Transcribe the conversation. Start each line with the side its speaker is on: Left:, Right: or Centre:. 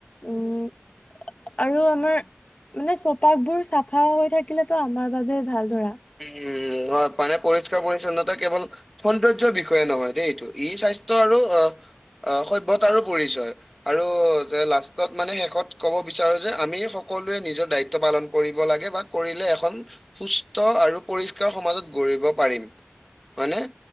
Left: উম আৰু আমাৰ মানে চৌপাশ বোৰ চাফা হৈ থাকিলেতো আমাৰ বাবে ভাল ধৰা
Centre: উম হয় মানে পৰিষ্কাৰ পৰিচ্ছন্নতা কেৱল সৌন্দৰ্যৰ বিষয়ে নহয় দেই এইটো ই স্বাস্থ্য আৰু অ অ সভ্যতাৰো পৰিচয় আৰু যে লাষ্টত মানে শেষত ক'ব বিচাৰো আমি সকলোৱে নিজৰ দায়িত্ব পালন কৰিব লাগে বা কৰিলে এখন সুস্ স্থ আৰু পৰিষ্কাৰ সমাজত গঢ়িব পাৰিম হয়নে